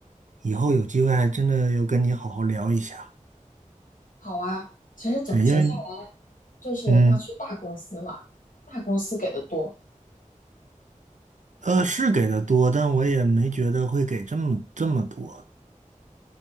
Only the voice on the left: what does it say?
好啊，其实总结下来，
就是要去大公司了，
大公司给的多。